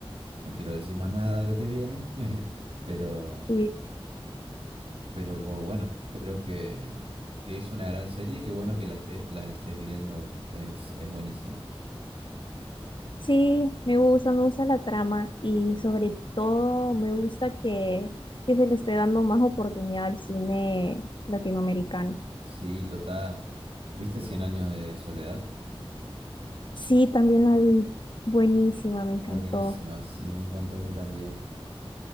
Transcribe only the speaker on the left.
Sí,
sí, me gusta, me gusta la trama y sobre todo me gusta que, que se le esté dando más oportunidad al cine latinoamericano.
Sí, también la vi, buenísima, me encantó.